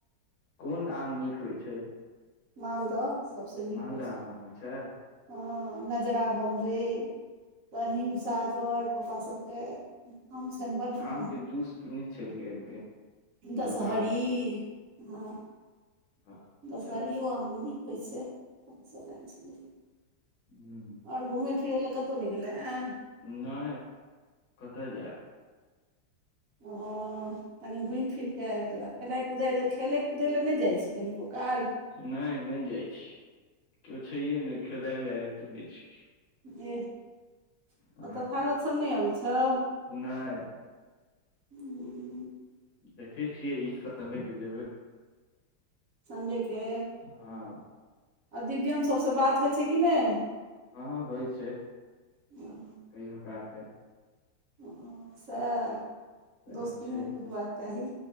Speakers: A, on the left; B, on the right.
A: कोन आम नीक होइ छै
B: मालदह सबसँ नीक
A: मालदह
B: होइ छै
A: आम छै
B: हँ नजरा बम्बई तऽ हिम सागर प्पपा सभके हम सरजना
A: आम के जूस पीने छलियै एक दिन
B: दसहरी
A: दुकान मे
B: ह
A: अच्छा
B: दसहरिओ आम नीक होइ छै सभ सभ आयल छलै
A: हू
B: ओर घुमय फिरै लए कतहु नहि गेलै आँय
A: नहि कतऽ जायब
B: ओ कनि घुम फिर कऽ आबि ज खेलनाइ कुदए खेलै कूदै लए नहि जाइ छी कनि क काल
A: नहि नहि जाइ छीय कि छै नहि खेलाय लए आबते नहि छ
B: जेह
A: हँ
B: ओतऽ तथागत सभ नहि अबै छ
A: नहि
B: हूँ
A: देखै छियै ई संडे के जेबै
B: सण्डेके
A: हँ
B: आ दिव्या सभसँ बात होइ छै कि नहि
A: हँँ हँ होइ छै
B: नहि
A: कहियो काल के
B: ओ सए
A: सएह
B: दोस्ती
A: छै
B: नय टूटबाक चाही